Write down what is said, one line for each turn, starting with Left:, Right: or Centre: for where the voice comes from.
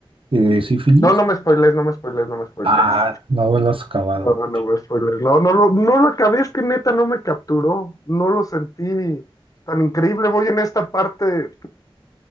Right: eh, sífilis.
Left: No, no me spoilees, no me spoilees, no me spoilees.
Right: Ah, no lo has acabado.
Left: No, no me spoilees. No, no lo, no lo acabé, es que neta no me capturó. No lo sentí tan increíble. Voy en esta parte